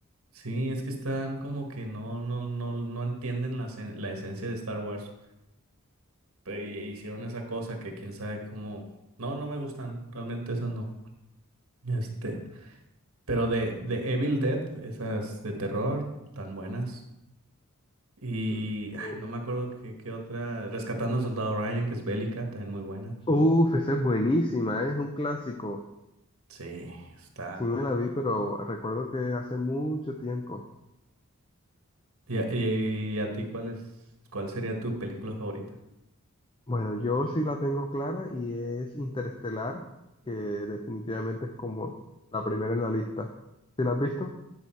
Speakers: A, on the right; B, on the left.
A: sí, es que están como que no, no, no, no entienden la, esen- la esencia de Star Wars. Pero y- e hicieron esa cosa que quién sabe cómo. No, no me gustan. Realmente esas no. Este. Pero de, de Evil Dead, esas de terror, tan buenas. Y
B: <laughs>
A: ay, no me acuerdo qué, qué otra. Rescatando al Soldado Ryan, que es bélica, también muy buena.
B: Uf, esa es buenísima, es un clásico.
A: Sí, está.
B: Sí me la vi, pero recuerdo que hace mucho tiempo.
A: ¿Y a, y a ti cuál es, cuál sería tu película favorita?
B: Bueno, yo sí la tengo clara y es Interestelar, que definitivamente es como la primera en la lista. ¿Sí la has visto?